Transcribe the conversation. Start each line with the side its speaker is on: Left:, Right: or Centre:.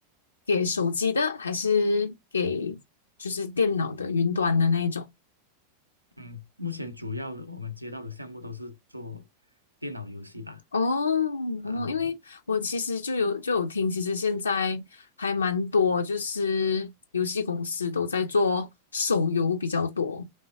Left: 给手机的，还是给就是电脑的云端的那一种？
Right: 嗯，目前主要的我们接到的项目都是做电脑游戏吧。
Left: 哦哦，
Right: 啊、
Left: 因为我其实就有就有听，其实现在还蛮多，就是游戏公司都在做手游比较多，